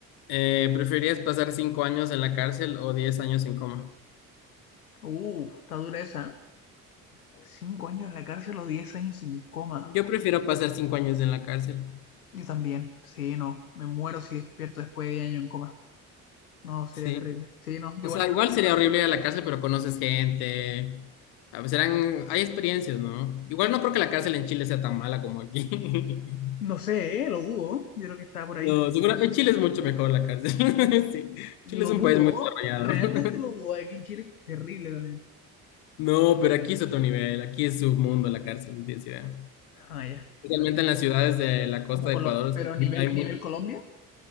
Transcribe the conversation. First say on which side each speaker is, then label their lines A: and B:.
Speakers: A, on the left; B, on the left.
A: Eh, ¿preferirías pasar cinco años en la cárcel o diez años en coma?
B: Uh, está dura esa. ¿eh? Cinco años en la cárcel o diez años en coma.
A: Yo prefiero pasar cinco años en la cárcel.
B: Yo también, sí, no, me muero si despierto después de 10 años en coma. No, sería
A: Sí.
B: terrible. Sí, no, yo
A: O sea,
B: igual.
A: igual sería horrible ir a la cárcel, pero conoces gente. A veces eran, hay experiencias, ¿no? Igual no creo que la cárcel en Chile sea tan mala como aquí. <laughs>
B: No sé, ¿eh? Lo dudo, yo creo que está por ahí.
A: No, seguro, en Chile es mucho mejor la cárcel. <laughs> Sí.
B: Lo
A: Chile es un
B: dudo,
A: país muy desarrollado.
B: realmente
A: <laughs>
B: lo dudo. Aquí en Chile es terrible también.
A: No, pero aquí es otro nivel, aquí es su mundo la cárcel, no tienes idea.
B: Ah, ya,
A: Especialmente
B: me imagino.
A: en las ciudades de la costa
B: Como Colo-
A: de Ecuador, o
B: pero
A: sea,
B: nivel,
A: hay muy
B: nivel Colombia.